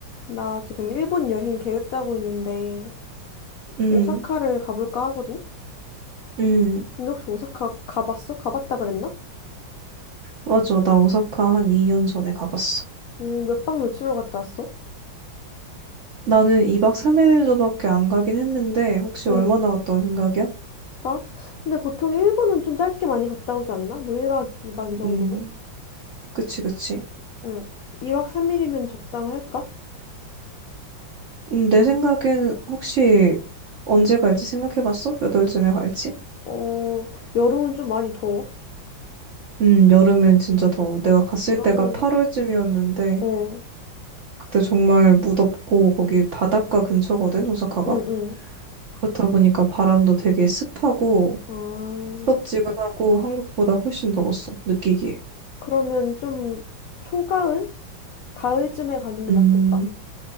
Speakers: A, on the left (about 75°); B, on the right (about 65°).
A: 나 지금 일본 여행 계획 짜고 있는데,
B: 음,
A: 오사카를 가볼까 하거든?
B: 음,
A: 근데 혹시 오사카 가봤어? 가봤다 그랬나?
B: 맞아. 나 오사카 한 2년 전에 가봤어.
A: 음, 몇 박 며칠로 갔다 왔어?
B: 나는 2박 3일로밖에 안 가긴 했는데, 혹시
A: 응.
B: 얼마나 갔다 온 생각이야?
A: 나? 근데 보통 일본은 좀 짧게 많이 갔다 오지 않나? 뭐 1박 2박 이박 이 정도로?
B: 음, 그치, 그치.
A: 응. 2박 3일이면 적당할까?
B: 음, 내 생각에는 혹시 언제 갈지 생각해봤어? 몇 월쯤에 갈지?
A: 어, 여름은 좀 많이 더워?
B: 음, 여름엔 진짜 더워. 내가 갔을
A: 그러면,
B: 때가 8월쯤이었는데,
A: 어,
B: 그때 정말 무덥고, 거기 바닷가 근처거든, 오사카가?
A: 응, 응.
B: 그렇다 보니까 바람도 되게 습하고,
A: 아,
B: 후덥지근하고, 한국보다 훨씬 더웠어, 느끼기에.
A: 그러면 좀 초가을? 가을쯤에 가는 게
B: 음.
A: 낫겠다.